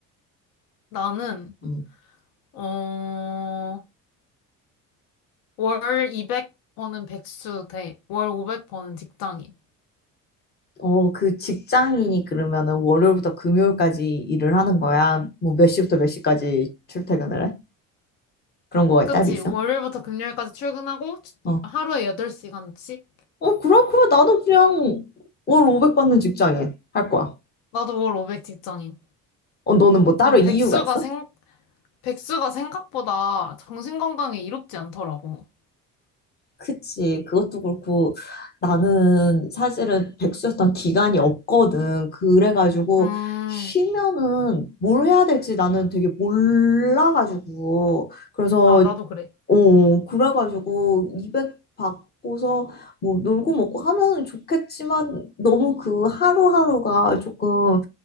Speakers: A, on the left; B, on the left.
A: 나는
B: 응.
A: 어, 월 200번은 백수 대, 월 500번은 직장인.
B: 어, 그 직장인이 그러면은 월요일부터 금요일까지 일을 하는 거야? 뭐 몇 시부터 몇 시까지 출퇴근을 해? 그런 거가
A: 그치?
B: 따로 있어?
A: 월요일부터 금요일까지 출근하고 주-
B: 어.
A: 하루에 8시간씩?
B: 어, 그렇구면 나도 그냥 월 500 받는 직장인 할 거야.
A: 나도 월 500 직장인.
B: 어, 너는 뭐 따로
A: 그냥
B: 이유가
A: 백수가
B: 있어?
A: 생, 백수가 생각보다 정신건강에 이롭지 않더라고.
B: 그치. 그것도 그렇고 나는 사실은 백수였던 기간이 없거든. 그래가지고
A: 음,
B: 쉬면은 뭘 해야 될지 나는 되게 몰라가지고. 그래서,
A: 아, 나도 그래.
B: 어, 그래가지고 200 받고서 뭐 놀고 먹고 하면은 좋겠지만 너무 그 하루하루가 조금